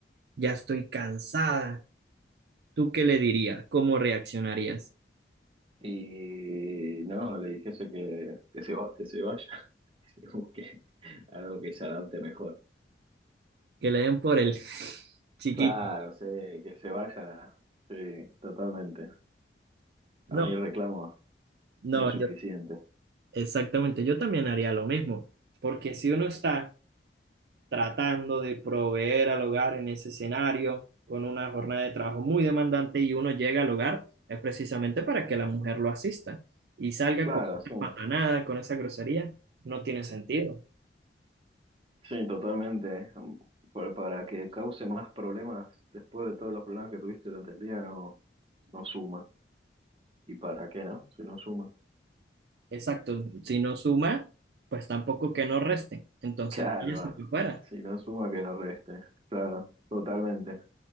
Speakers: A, on the right; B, on the right.
A: ya estoy cansada. ¿Tú qué le dirías? ¿Cómo reaccionarías?
B: Y no, le dijese que, que se, va- que se vaya, <laughs> que se busque algo que se adapte mejor.
A: Que le den por el <laughs> chiquito.
B: Claro, sí, que se vaya, sí, totalmente. A
A: No,
B: mí reclamo
A: no,
B: lo suficiente.
A: yo Exactamente, yo también haría lo mismo, porque si uno está tratando de proveer al hogar en ese escenario con una jornada de trabajo muy demandante y uno llega al hogar, es precisamente para que la mujer lo asista y salga
B: Claro,
A: con esa
B: sí,
A: patanada, con esa grosería, no tiene sentido.
B: sí, totalmente. Por- para que cause más problemas después de todos los problemas que tuviste durante el día, no, no suma. ¿Y para qué no? Si no suma.
A: Exacto, si no suma, pues tampoco que no reste,
B: <laughs>
A: entonces
B: Que ahí
A: váyase
B: va.
A: por fuera.
B: Si no suma, que no reste. Claro, totalmente.